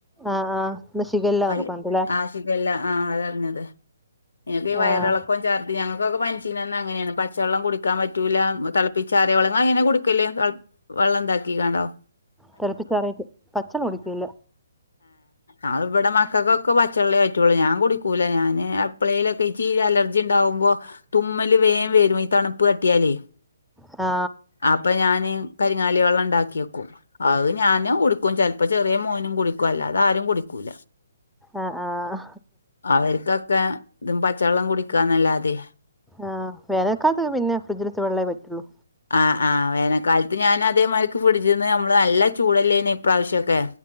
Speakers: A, in the centre; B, on the left.
A: ആഹ് ആഹ് ഇന്ന് ഷിഗല്ല എന്നൊക്കെ
B: പല്ല്
A: പറഞ്ഞിട്ട്ല്ലേ
B: ആശിക്കല്ല ആ അറിഞ്ഞത് എങ്ങ ക്ക് ഈ വയറിളക്ക
A: ആഹ്
B: ഇപ്പം ചർദി ഞങ്ങക്കൊക്കെ പനിച്ചിക്ക അങ്ങനെയാണ് പച്ചവെള്ളം കുടിക്കാൻ പറ്റൂല്ല തിളപ്പിച്ച് അറിയ വെള്ളങ്ങ ഇങ്ങൾ അങ്ങനെ കു ടിക്കല് വെള്ളം ന്താക്കി കാണ്ടോ
A: തിളപ്പിച്ചറി യിട്ട് പച്ച കുടിക്കലില്ല
B: അഹ് ഇവിടെ മക്കൾക്കൊക്കെ പച്ചള്ളിയേ പറ്റുള്ളൂ ഞാൻ കുടിക്കൂല ഞാന് എപ്ളേയിലൊക്കെ ഇച്ചി അലർജി ർജി ഉണ്ടാവുമ്പോ തുമ്മല് വേഗം വരും ഈ തണുപ്പ് തട്ടിയാലേ
A: ആ
B: അപ്പൊ ഞാന് കരിങ്ങാലി വെള്ളം ഉണ്ടാക്കിയ വക്കും അത് ഞാന് കുടിക്കും ചിലപ്പോ ചെറിയ മോനും കുടിക്കുംല്ലാത്ത അത് ആരും കുടിക്കൂല
A: ആഹ് ആഹ്
B: അവർക്കൊക്കെ ഇതും പച്ചവെള്ളം കുടിക്കാന്നല്ലാതെ
A: ആ വേനൽക്കാൽ കൊക്കെ പിന്നെ ഫ്രിഡ്ജിലിവെച്ച വെള്ളേ പറ്റുള്ളൂ
B: ആ ആ വേനൽക്കാലത്ത് ഞാൻ അതേമാർക്ക് ഫിഡിച്ചിന്ന് നമ്മള് നല്ല ചൂടല്ലേന്ന ഇപ്രാവശ്യമൊക്കെ